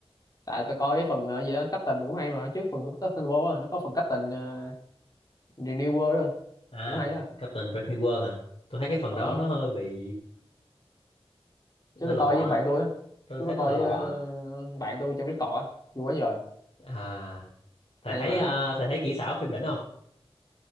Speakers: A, on the left (about 35°); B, on the left (about 60°).
A: tại tôi coi cái phần ờ, gì đó Captain cũng hay mà trước phần Captain Marvel á, nó có phần Captain uh, New World đó.
B: à
A: cũng hay á
B: Captain Brave New World hả tôi thấy cái phần
A: Ờ,
B: đó nó hơi bị lõ
A: chứ tôi
B: lõ
A: coi với
B: á.
A: bạn tôi á
B: tôi
A: chứ
B: thấy
A: tôi
B: nó
A: coi
B: lõ
A: với
B: lõ
A: ờ,
B: á.
A: bạn tôi trong Discord á vui quá trời
B: à thầy
A: hay
B: thấy
A: mà
B: à, thầy thấy kỹ xảo phim đỉnh không